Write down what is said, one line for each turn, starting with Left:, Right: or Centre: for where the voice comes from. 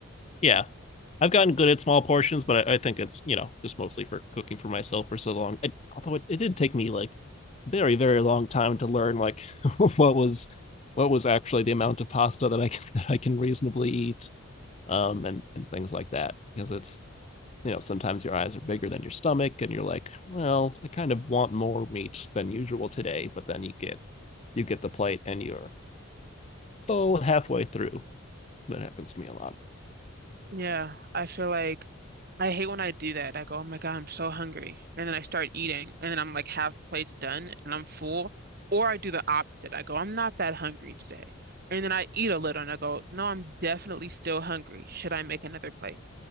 Left: yeah, I've gotten good at small portions, but I, I think it's you know just mostly for cooking for myself for so long. I, although it, it did take me like very very long time to learn like <laughs> what was what was actually the amount of pasta that I <laughs> can, that I can reasonably eat, um, and and things like that because it's you know sometimes your eyes are bigger than your stomach and you're like well I kind of want more meat than usual today, but then you get you get the plate and you're full halfway through. That happens to me a lot.
Right: Yeah, I feel like I hate when I do that. I go, oh my God, I'm so hungry. And then I start eating, and then I'm like half plate's done and I'm full. Or I do the opposite. I go, I'm not that hungry today. And then I eat a little and I go, no, I'm definitely still hungry. Should I make another plate?